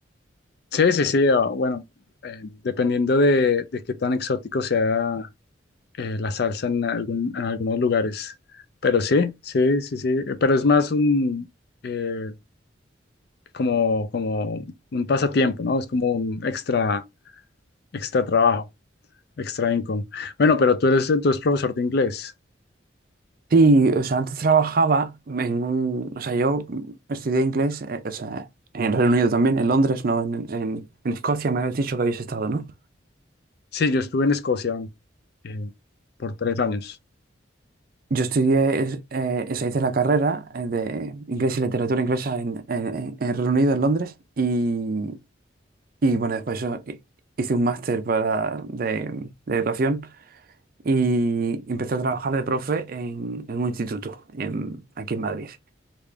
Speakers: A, on the left; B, on the right.
A: Sí, sí, sí. ah, bueno, eh, dependiendo de, de qué tan exótico sea eh, la salsa en, algún- en algunos lugares. Pero sí, sí, sí, sí. Pero es más un eh, como, como un pasatiempo, ¿no? Es como un extra, extra trabajo, extra income. Bueno, pero tú eres entonces profesor de inglés.
B: Sí, o sea, antes trabajaba en un... O sea, yo estudié inglés, eh, o sea, en Reino Unido también, en Londres, ¿no? En, en- en Escocia me habías dicho que habéis estado, ¿no?
A: Sí, yo estuve en Escocia eh, por tres años.
B: Yo estudié, es- eh, o sea, hice la carrera eh, de inglés y literatura inglesa en, en, en- en Reino Unido, en Londres, y, y bueno, después yo hi- hice un máster para, de, de educación y empecé a trabajar de profe en, en un instituto en- aquí en Madrid.